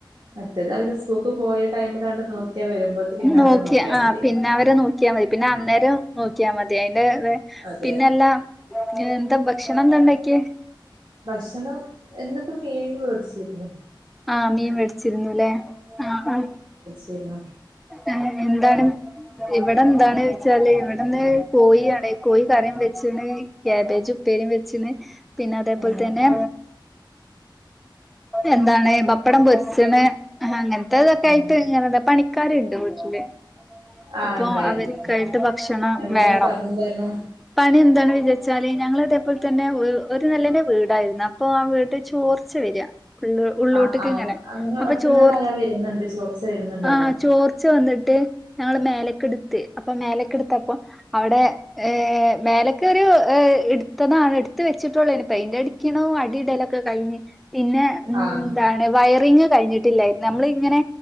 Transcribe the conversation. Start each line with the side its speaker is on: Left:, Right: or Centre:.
Right: മറ്റത് അവര് സ്കൂക്ക് പോയ ടൈമിലാണ്ട് നോക്കിയാ വരുമ്പോത്ത് പിന്നെ അവരെ
Centre: നോക്കിയാ ആ
Right: മതി
Centre: പിന്നെ അവരെ നോക്കിയാ മതി. പിന്നെ അന്നേരം നോക്കിയാ മതി. ഏ വെ
Right: അതെ
Centre: പിന്നെല്ലാം <unintelligible> ഭക്ഷണം എന്താ ണ്ടാക്കിയെ?
Right: ഭക്ഷണം ഇന്ന് പ്പം മീൻ വേട്ച്ചിര്
Centre: ആ മീൻ വേടിച്ചിരുന്നു ലേ.. ആ ആ
Right: രുന്നു.
Centre: ആ എന്താണ്? ഇവിടെ എന്താണ് വച്ചാല് ഇവിടെന്ന് കോയി ആണേ.. കോയി കറിം വെച്ച് ണ്. കാബേജ് ഉപ്പേരിം വെച്ച് ണ്. പിന്നെ അതേപോൽ
Right: ഏഹ്
Centre: തന്നെ എന്താണ് ബപ്പടം പൊരിച്ച്ണ്. അങ്ങൻ ത്തതൊക്കായ്ട്ട്
Right: ഏഹ്
Centre: ഇങ്ങനെന്ന്. പണി കറി ഇണ്ടോ വീട്ട്ല്
Right: ആഹ്
Centre: അപ്പൊ
Right: ഉണ്ടായിരുന്നു
Centre: അവർക്കായിട്ട്
Right: ആഹ്
Centre: ഭക്ഷണം
Right: എന്താണ്
Centre: വേണം
Right: പണി എന്തായിരുന്നു
Centre: പണി എന്താണ് <unintelligible> ഒര് നെലന്റെ വീടായിരുന്നു അപ്പൊ ആ വീട്ടില് ചോർച്ച വെരാ ഉള്ള് ഉള്ളോട്ട്ക്ക്
Right: ആഹ് ആഹ്
Centre: ഇങ്ങനെ
Right: അങ്ങനെ
Centre: അപ്പ
Right: ഒറ്റന്നലായ
Centre: ചോർ
Right: വരുന്നുണ്ട് ചോർച്ച വരുന്നുണ്ടല്ലോ
Centre: ആ ചോർച്ച വന്ന്ട്ട് മേലേക്ക്‌ട്ത്ത് അപ്പം മേലേക്ക് ഇട്ത്തപ്പം അവിടെ ഏ മേലെക്ക് ഒരു ഇട്ത്തതാണ് ഇട് ത്ത് വെച്ചിട്ടുള്ളോനി പെയ്ന്റ് അടിക്കണോ അടി ഇടല് കഴിഞ്ഞ് പിന്നെ മ്മ്
Right: ആഹ്
Centre: ന്താണ് വയറിങ് കഴിഞ്ഞിട്ടില്ലായ്രുന്നു നമ്മള് ഇങ്ങനെ